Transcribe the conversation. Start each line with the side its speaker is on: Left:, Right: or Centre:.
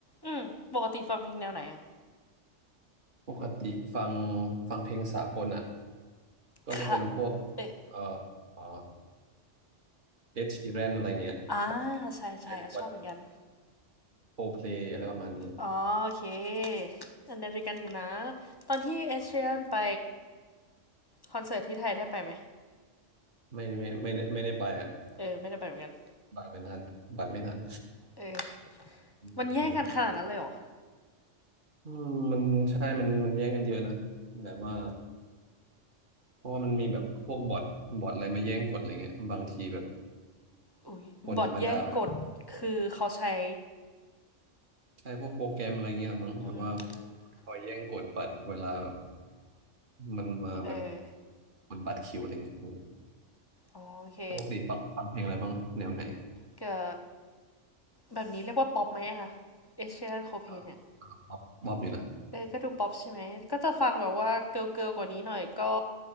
Left: อืมปกติฟังเพลงแนวไหนอะ
Right: ปกติฟังฟังเพลงสากลอ่ะก็จะเป็นพวก
Left: ค่ะเออ
Right: เอ่อเอ่อเอชชีแรนอะไรเงี้ย
Left: อ่าใช่ใช่อ่ะชอบเหมือนกัน
Right: เป็นวันโคเพลอะไรประมาณนี้
Left: อ๋อโอเคอันเดริกันอยู่นะตอนที่เอเชียนไป
Right: ครับ
Left: คอนเสิร์ตที่ไทยได้ไปไหม
Right: ไม่ไม่ไม่ได้ไม่ได้ไปอ่ะ
Left: เออไม่ได้ไปเหมือนกัน
Right: บัตรไม่ทันบัตรไม่ทัน
Left: เออ
Right: อืมเออ
Left: มันแย่งกันขนาดนั้นเลยเหรอ
Right: อืมมันใช่มันมันแย่งกันเยอะนะแบบว่าเพราะว่ามันมีแบบพวกบอทบอทอะไรมาแย่งกดอะไรเงี้ยบางทีแบบ
Left: อุ้ยบอทแย่งกดคือเขาใช้
Right: คนธรรมดาแบบใช่พวกโปรแกรมอะไรเงี้ยมั้งแบบว่า
Left: อืม
Right: คอยแย่งกดบัตรเวลาแบบมันมาแบบ
Left: เออ
Right: กดบัตรคิวอะไรเงี้ย
Left: อ๋อโอเค
Right: ปกติฟังฟังเพลงอะไรบ้างแนวไหน
Left: ก็แบบนี้เรียกว่าป๊อปไหมอะเอเชียนโคเพนเนี่ย
Right: อ่าอ่าบ๊อบบ๊อบอยู่นะ
Left: เออก็ดูป๊อปใช่ไหมก็จะฟังแบบว่าเกิร์ลเกิร์ลกว่านี้หน่อยก็